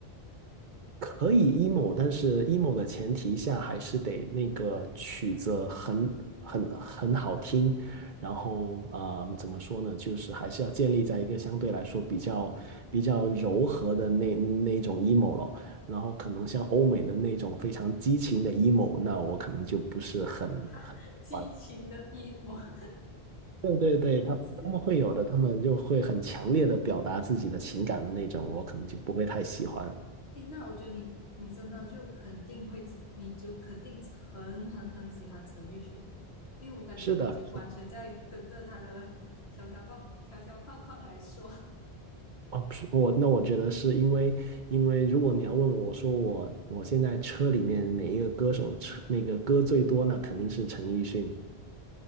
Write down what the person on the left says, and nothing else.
<laughs> 激情的 emo，
<laughs> 是啊。
哎，那我觉得你你真的就肯定会，你就肯定很很很喜欢陈奕迅，因为我感觉你就完全在跟着他的条条框条条框框来说。